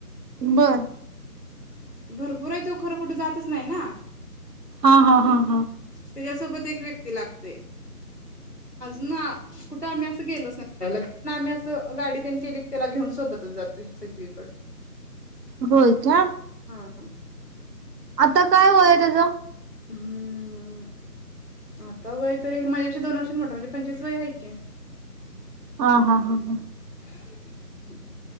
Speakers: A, on the right; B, on the left.
A: बर
B: भरपूर आहे तो खरं कुठे जातच नाही ना.
A: हा हा हा हा
B: त्याच्यासोबत एक व्यक्ती लागते. अजून कुठं आम्ही असं गेलोच नाही ल आम्ही असं गाडी तेन केली. त्याला घेऊन सोबतच जातोय सगळीकड.
A: होय का
B: <inaudible>
A: आता काय वय आहे त्याच.
B: हम्म आता वय तरी माझ्यापेक्षा दोन वर्षीनी मोठा म्हणजे पंचवीस वय आहे की.
A: हा हा हा हा
B: <inaudible>